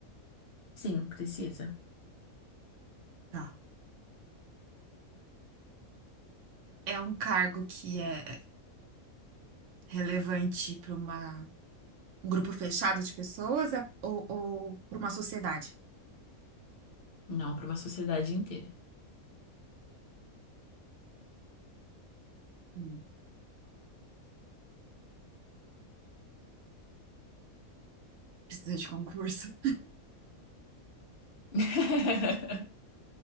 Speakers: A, on the left; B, on the right.
A: Sim, precisa.
B: Tá. É um cargo que é relevante para uma um grupo fechado de pessoas é- ou, ou para uma sociedade?
A: Não, para uma sociedade inteira.
B: Hum. Precisa de concurso?
A: <laughs>